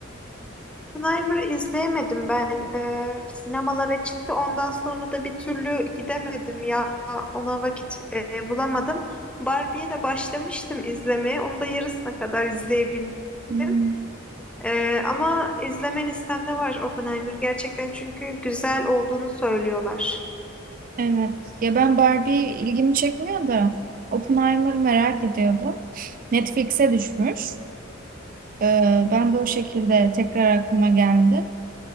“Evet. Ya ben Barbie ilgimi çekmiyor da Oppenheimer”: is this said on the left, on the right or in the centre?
Right